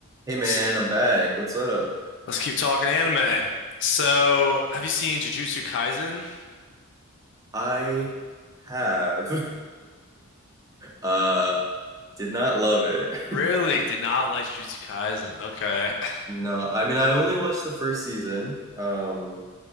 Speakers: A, on the right; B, on the left.
A: Hey man,
B: S-
A: I'm back. What's up?
B: Let's keep talking anime. So, have you seen Jujutsu Kaisen?
A: I have <laughs> uh did not love it.
B: Really?
A: <laughs>
B: Did not like Jujutsu Kaisen. Okay. <laughs>
A: No, I mean I only watched the first season. Um